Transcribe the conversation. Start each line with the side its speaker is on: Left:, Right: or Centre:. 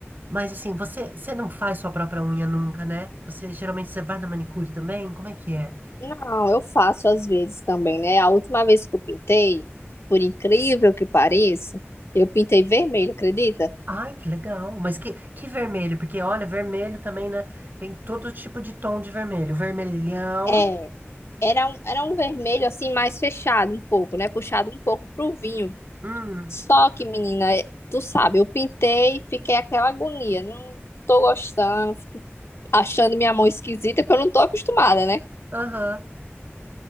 Right: Mas assim, você, você não faz sua própria unha nunca, né? Você geralmente você vai na manicure também? Como é que é?
Left: Não, eu faço às vezes também, né? A última vez que eu pintei, por incrível que pareça, eu pintei vermelho, acredita?
Right: Ai, que legal. Mas que, que vermelho, porque olha, vermelho também, né? Tem todo tipo de tom de vermelho. Vermelhão.
Left: É, era um, era um vermelho assim mais fechado um pouco, né? Puxado um pouco pro vinho.
Right: Hum,
Left: Só que, menina, é- tu sabe, eu pintei, fiquei aquela agonia, não, não tô gostando, fico achando minha mão esquisita, porque eu não tô acostumada, né?
Right: aham.